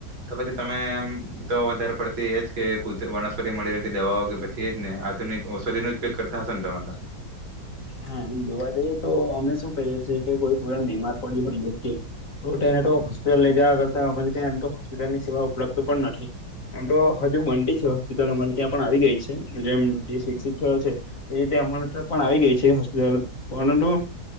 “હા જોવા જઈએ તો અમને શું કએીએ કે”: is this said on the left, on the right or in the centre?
Left